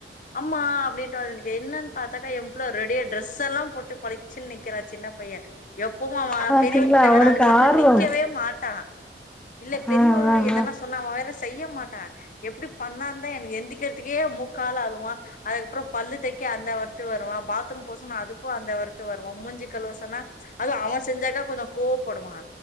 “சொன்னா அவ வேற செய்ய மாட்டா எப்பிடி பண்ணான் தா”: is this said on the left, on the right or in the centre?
Left